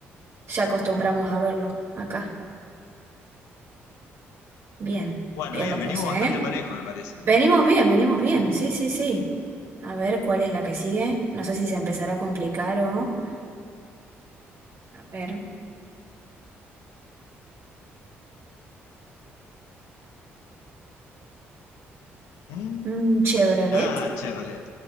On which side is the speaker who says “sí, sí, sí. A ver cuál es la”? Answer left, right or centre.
Right